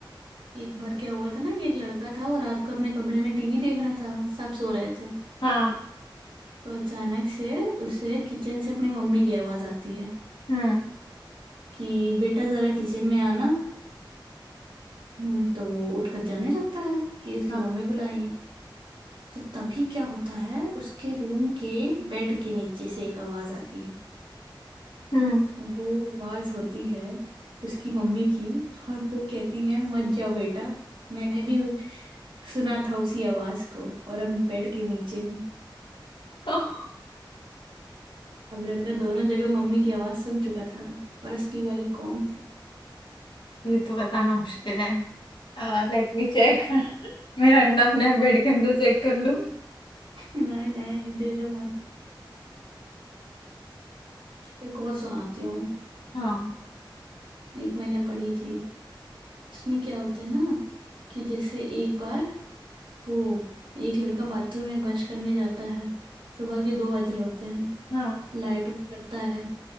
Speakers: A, on the right; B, on the left.
A: एक बार क्या हुआ था ना कि एक लड़का था वो रात को अपने कमरे में टीवी देख रहा था सब सो रहे थे
B: हाँ
A: तो अचानक से उसे किचन से अपनी मम्मी की आवाज आती है
B: हम्म
A: कि बेटा जरा किचन में आना हम्म, तो वो उठकर जाने लगता है कि उसकी
B: हाँ
A: मम्मी बुलाई है तो तभी क्या होता है उसके रूम के बेड के नीचे से एक आवाज आती है
B: हम्म
A: वो आवाज होती है उसकी मम्मी की और वो कहती है मत जाओ बेटा मैंने भी सुना था उसी आवाज को और अब बेड के नीचे हूँ
B: <laughs>
A: अब लड़का दोनों जगह मम्मी की आवाज सुन चुका था पर असली वाली कौन थी
B: ये तो बताना मुश्किल है Let me check <laughs> मेरा अंडा अपने बेड के अंदर चेक कर लूं
A: नहीं नहीं दे दो मत एक और सुनाती हूँ
B: हाँ
A: एक मैंने पढ़ी थी इसमें क्या होता है ना कि जैसे एक बार वो एक लड़का बाथरूम में ब्रश करने जाता है सुबह के दो बज रहे होते हैं
B: हाँ
A: लाइट ऑफ करता है